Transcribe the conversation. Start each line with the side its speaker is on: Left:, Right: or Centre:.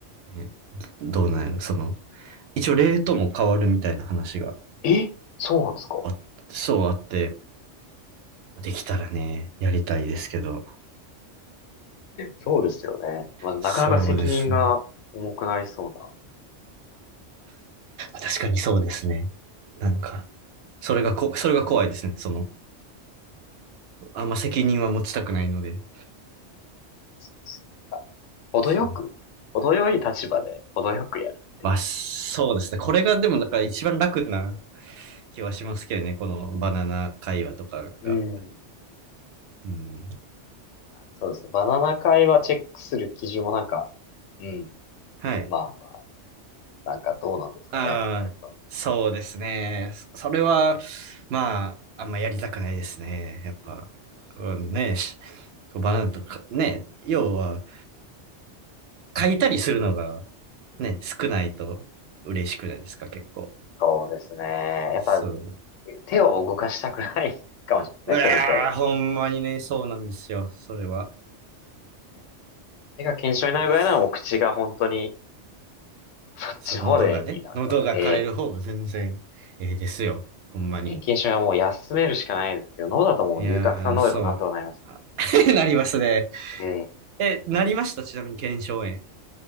Right: ね、どうなんやろ、その、一応レートも変わるみたいな話が
Left: ー、え、そうなんですか。
Right: あ、そうあって、できたらね、やりたいですけど、
Left: そうですよね。まあ、なかなか責任が重くなりそうな。
Right: そうですね。確かにそうですね。なんか、それがこ、それが怖いですね。その、あんま責任は持ちたくないので。
Left: そっか程よく、
Right: そう。
Left: 程よい立場で程よくやるってい
Right: まあ、そうですね。これがでも、だから一番楽な気はしますけどね。このバナナ会話とかが。
Left: う。うん。
Right: うん。
Left: そうですね。バナナ会はチェックする基準もなんか、うん。
Right: はい。
Left: まあまあ、なんかどうなんですかね。
Right: ああ、
Left: <laughs> あれと
Right: そうですね。そそれは、まあ、あんまやりたくないですね。やっぱ、うんね、しバナナとか、ね、要は、書いたりするのが、ね、少ないと嬉しくないですか、結構。
Left: <laughs> そうですね。やっぱ
Right: そう。
Left: 手を動かしたくないかもしれないですね。
Right: うわー、
Left: それに比べると。
Right: ほんまにね、そうなんですよ。それは。
Left: うん手が腱鞘炎になるぐらいならもう口が本当に、
Right: いや、す
Left: こっちの方でいめた方がね。
Right: そう、喉がね、喉が枯れる方が全然ええですよ。ほんまに。
Left: 天気にしはもう休めるしかないですけど、脳だともう龍角散飲めばなんとかなりますか
Right: いやー、そう。あ <laughs> なりますね。
Left: らええ
Right: え、なりましたちなみに腱鞘炎。